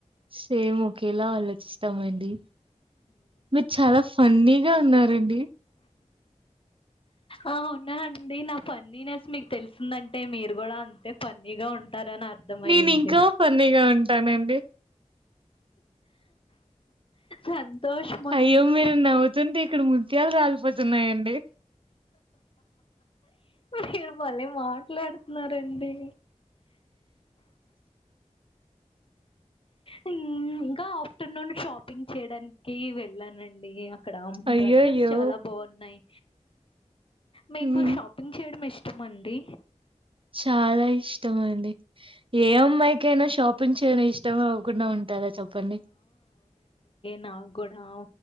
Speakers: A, on the right (about 45°); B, on the left (about 45°).
A: సేమ్ ఒకేలా ఆలోచిస్త స్తమండి మీరు చాలా ఫన్నీగా ఉన్నారండి
B: ఆ ఉన్నా అండి నా ఫన్నిన్స్ మీకు తెలుసిందంటే మీరు కూడా అంతే ఫన్నీగా ఉంటారని అర్థమయింది
A: నేన్ ఇంకా ఫన్నీగా ఉంటానండి
B: సంతోషం అండి
A: అయ్యో మీరు నవ్వుతుంటే ఇక్కడ ముత్యాలు రాలిపోతున్నాయండి
B: మీరు మళ్ళీ మాట్లాడుతున్నారండి అ మ్మ్ ఇంకా ఆఫ్టర్నూన్ షాప్ టింగ్ చేడానికి వెళ్ళానండి క్డం
A: అయ్యోయ్యో
B: డ్రెస్సెస్ చాలా బాగున్నాయ్ మీకు
A: ఉమ్
B: షాపింగ్ చేయడం ఇష్ త్తమంది
A: చాలా ఇష్టమండి ఏ అమ్మాయికైన షాపింగ్ చేయడం ఇష్ట్ టవ అవ్వకుండా ఉంటారా చెప్పండి
B: నాగ్ గుడా